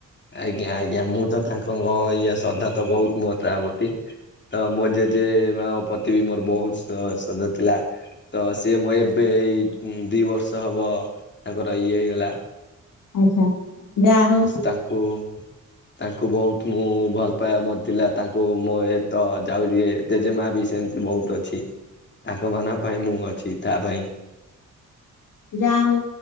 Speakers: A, on the left; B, on the left.
A: ଆଜ୍ଞା ଆଜ୍ଞା ମୁଁ ତ ତାଙ୍କ ଇଏ ଶ୍ରଦ୍ଧା ତ ବହୁତ ମୋ ତା ପତୀ ତ ମୋ ଜେଜେ ମା ପତି ବି ମୋର ବହୁତ ସଜା ଥିଲା ତ ସିଏ ମୁଁ ଏବେ । ଏଇ ଦି ବର୍ଷ ହବ ତାଙ୍କର ଇଏ ହେଇଗଲା ।
B: ଆଚ୍ଛା ଯାହଉ
A: ତାଙ୍କୁ ତାଙ୍କୁ ବହୁତ ମୁଁ ଭଲ ପାଇବା ମୋର ଥିଲା ତାଙ୍କୁ ମୁଁ ଏ ତ ଯାଉଛି ଜେଜେମା । ବି ସେମିତି ବହୁତ ଅଛି ତାଙ୍କ ମନ ପାଇଁ ମୁଁ ଅଛି ତା ପାଇଁ
B: ଯା ହଉ